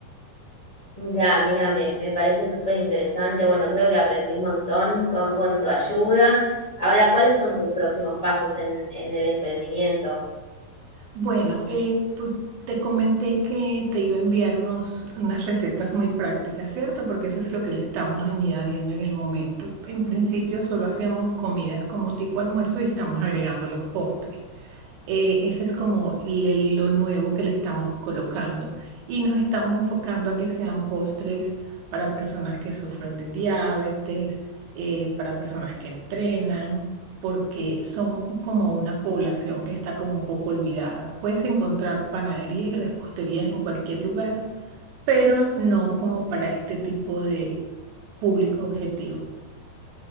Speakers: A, on the left; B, on the right.
A: Mira, mira, me, me parece súper interesante. Bueno, creo que aprendí un montón con, con tu ayuda. Ahora, ¿cuáles son tus próximos pasos en, en el emprendimiento?
B: Bueno, eh, pu- te comenté que te iba a enviar unos, unas recetas muy prácticas, ¿cierto? Porque eso es lo que le estamos añadiendo en el momento. En principio solo hacíamos comidas como tipo almuerzo y estamos agregando los postres. Eh, ese es como le- lo nuevo que le estamos colocando. Y nos estamos enfocando a que sean postres para personas que sufren de diabetes, eh, para personas que entrenan, porque son como una población que está como un poco olvidada. Puedes encontrar panaderías y reposterías en cualquier lugar, pero no como para este tipo de público objetivo.